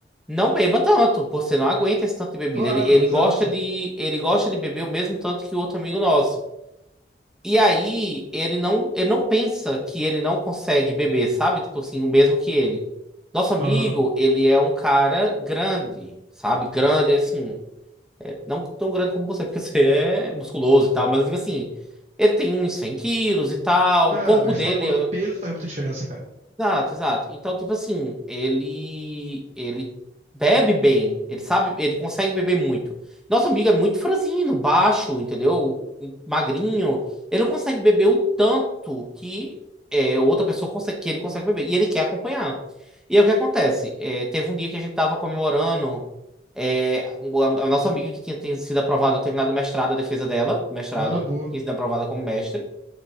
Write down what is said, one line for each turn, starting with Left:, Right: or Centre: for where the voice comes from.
Centre: não beba tanto, você não aguenta esse tanto de bebida.
Right: Claro,
Centre: Ele, ele
Right: exato.
Centre: gosta de, ele gosta de beber o mesmo tanto que o outro amigo nosso. E aí ele não, ele não pensa que ele não consegue beber, sabe? Tipo assim, o mesmo que ele. Nosso amigo,
Right: Aham.
Centre: ele é um cara grande, sabe? Grande, assim, é, não tão grande como você, porque <laughs> você é musculoso e tal, mas tipo assim, ele tem uns 100 quilos e tal,
Right: Não,
Centre: o corpo
Right: mas
Centre: dele
Right: tamanho. Peso faz muita diferença, cara.
Centre: Exato, exato. Então, tipo assim, ele ele bebe bem, ele sabe, ele consegue beber muito. Nosso amigo é muito franzino, baixo, entendeu? Magrinho. Ele não consegue beber o tanto que é, outra pessoa consegue, que ele consegue beber. E ele quer acompanhar. E aí o que acontece? É, teve um dia que a gente tava comemorando é, um- a, a nossa amiga que tinha, tinha sido aprovada, terminado o mestrado, a defesa dela, mestrado,
Right: Ah, boa.
Centre: tinha sido aprovada como mestre.